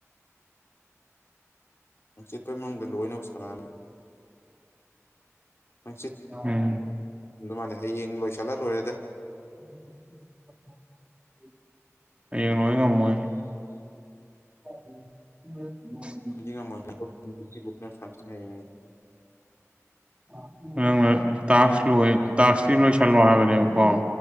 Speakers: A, on the left; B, on the right.
A: ꯍꯪꯆꯤꯠꯐꯥꯎ ꯃꯅꯨꯡꯗ ꯂꯣꯏꯅꯕ ꯁꯥ <unintelligible> ꯍꯪꯆꯤꯠ
B: ꯎꯝ
A: <unintelligible> ꯍꯌꯦꯡ ꯂꯣꯏꯁꯤꯜꯂꯥ ꯂꯣꯏꯔꯦꯗ
B: <inaudible> ꯍꯌꯦꯡ ꯂꯣꯏ ꯉꯝꯃꯣꯏ <inaudible> <unintelligible>
A: ꯉꯝꯗꯤ ꯉꯝꯃꯣꯏ <unintelligible>
B: <unintelligible> ꯇꯥꯛꯁ ꯂꯣꯏ ꯇꯥꯛꯁ ꯁꯤ ꯂꯣꯏꯁꯤꯜꯂꯣ ꯍꯥꯏꯕꯅꯦꯕ ꯀꯣ